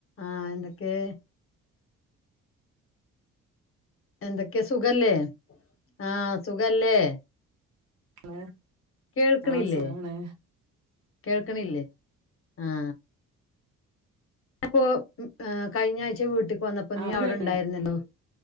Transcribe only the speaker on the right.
അഏ
ആഹ സുഖണ്
ആഹ്
ഇപ്പൊ
കേക്ക്ണ്ട്